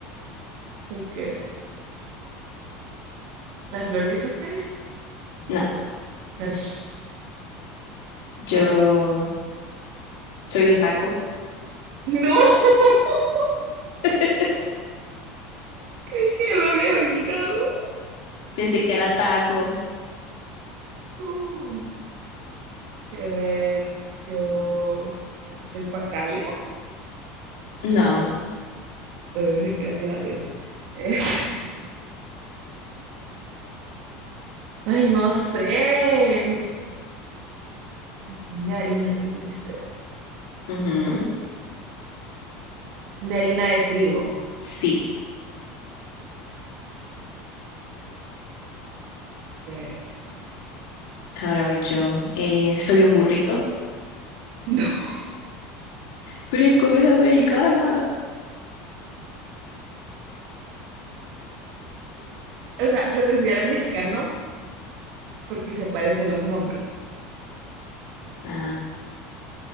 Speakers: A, on the right; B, on the left.
A: Ok. ¿La flor dice té?
B: No.
A: Ash,
B: Yo
A: No, bueno.
B: soy un taco.
A: No, <laughs>
B: <laughs>
A: creí que lo había adivinado.
B: Pensé que eran tacos.
A: Uh, quiero ver, yo soy pacaya.
B: No.
A: Ay, gracias a Dios. Es- <laughs> ay, no sé. De harina, dijiste, va.
B: Ujú.
A: De harina de trigo.
B: Sí,
A: Que- <laughs>
B: ahora voy yo. Eh, soy un burrito.
A: No.
B: Pero es comida mexicana.
A: O sea, lo considero mexicano porque se parecen los nombres.
B: Ah,